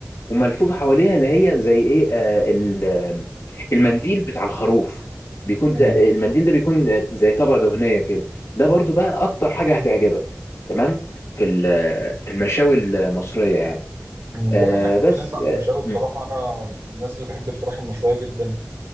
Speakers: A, on the left (about 80°); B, on the right (about 70°).
A: وملفوفه حواليها اللي هي زي ايه آه ال- آم، المنديل بتاع الخروف بيكون
B: مم.
A: ت- المنديل ده بيكون آه، زي طبقه دهنيه كده ده برضو بقى اكتر حاجه هتعجبك تمام في ال- آه، في المشاوي المصريه يعني
B: مم.
A: آه
B: بما انك اتكلمت
A: بس
B: عن
A: اه
B: المشاوي بصراحه
A: مم،
B: انا من الناس اللي بحب الفراخ المشويه جدا